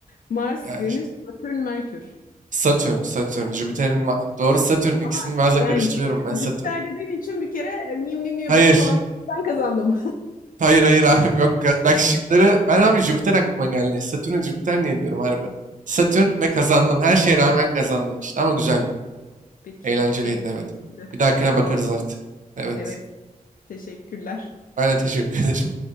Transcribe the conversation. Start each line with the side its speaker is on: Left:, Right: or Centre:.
Left: Mars,
Right: Ee,
Left: Venüs, Satürn, Merkür.
Right: Satürn. Satürn. Jüpiter'in... va- Doğru Satürn. İkisini
Left: Ama
Right: bazen
Left: yani
Right: karıştırıyorum ben
Left: Jüpiter
Right: Satürn.
Left: dediğin için bir kere e, new new new
Right: Hayır.
Left: 5 puan ben kazandım.
Right: Hayır hayır abi. Yok ka- bak şıkları. Ben abi Jüpiter aklıma geldi. Satürn'e Jüpiter niye diyorum harbi. Satürn ve kazandım. Her şeye rağmen kazandım işte. Ama güzeldi.
Left: <laughs> Peki,
Right: Eğlenceliydi
Left: eğlenceli.
Right: evet. Bir dahakine
Left: Bravo.
Right: bakarız artık. Evet.
Left: Evet, teşekkürler.
Right: Aynen teşekkür ederim.